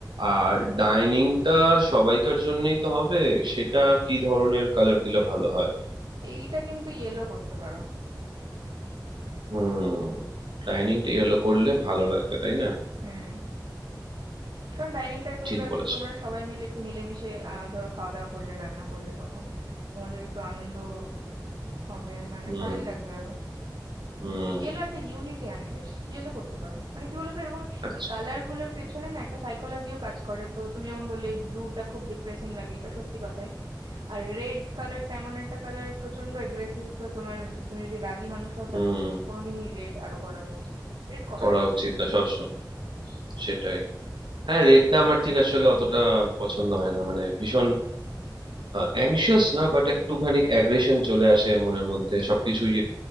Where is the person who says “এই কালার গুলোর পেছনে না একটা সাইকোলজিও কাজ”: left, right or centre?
Right